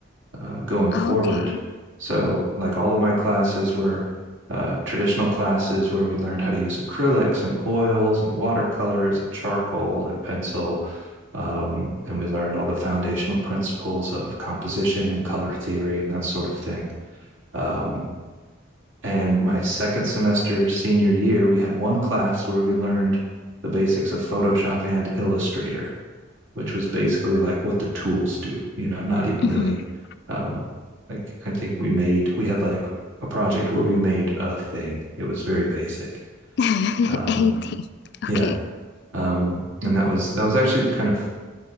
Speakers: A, on the right; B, on the left.
A: uh, going forward.
B: Okay.
A: So, like all of my classes were uh, traditional classes where we learned how to use acrylics and oils and watercolors and charcoal and pencil. Um, and we learned all the foundational principles of composition and color theory and that sort of thing. Um, and my second semester, senior year, we had one class where we learned the basics of Photoshop and Illustrator which was basically like what the tools do, you know, not even
B: hmm
A: really um like I think we made we had like a project where we made a thing. It was very basic.
B: <laughs>
A: Um
B: Anything. Okay.
A: yeah. Um and that was that was actually kind of